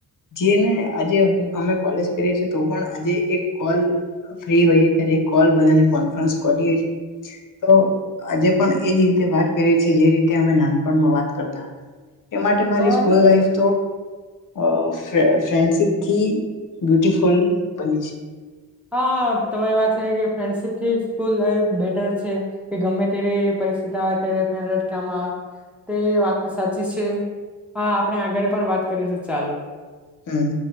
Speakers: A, on the left (about 45°); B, in the centre.
A: જેને આજે અમે કોલેજ કરીએ છએ તો પણ આજે એક કોલ ફ્રી હોઈ કોલ બધા કોફરન્સ કરીએ છે તો આજે પણ એજ રીતે વાત કરીએ છીએ જે રીતે અમે નાનપણમાં વાત કરતા. એ માટે મારી
B: હા
A: સ્કૂલ લાઈફ અ ફ્રેન્ડશીપથી બ્યુટફુલ બની છે.
B: હા તમારી વાત છે કે ફ્રેન્ડશીપ થી સ્કૂલ બેટર છે કે ગમે ત્યારે પરિસ્થિતિ આવે ત્યારે તેને કામ આવે તે વાત તો સાચી છે. હા આપણે આગળ પણ વાત કરીશું ચાલો.
A: હમ્મ.